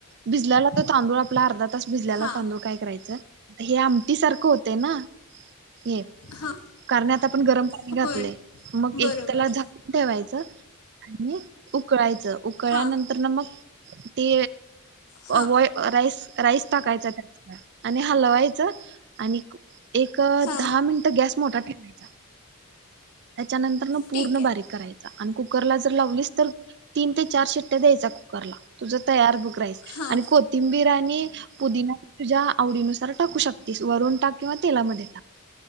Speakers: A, on the right (about 50°); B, on the left (about 80°).
A: भिजलेला तो तांदूळ आपल्या आर्धात आताच भिजल्याला
B: हां
A: तांदूळ काय करायचं? धेयाम ती सारखं होते ना हे
B: हां
A: कारण आता आपण गरम पाणी
B: होय
A: घातलय मग
B: बरोबर
A: एक त्याला झाकून ठेवायचं आणि उकळायचं उकळल्यानंतर
B: हां
A: ना मग ते
B: हां
A: अवय अ राइस राईस टाकायचा त्याच्या आणि हलवायचं आणि एक अ
B: हां
A: दहा मिनिटं गॅस मोठा दीपीका त्याच्यानंतर ना पूर्ण
B: ठीक आहे
A: बारीक करायचा आणि कुकरला च तर लावलीस तर तीन ते चार शिट्ट्या दयायच्या कुकरला तुझं तयार बघ राईस
B: हां
A: आणि कोथींबीर आणि पुदीना तुझ्या आवडीनुसार टाकू शकतेस वरून टाक किंवा तेलामध्ये टाक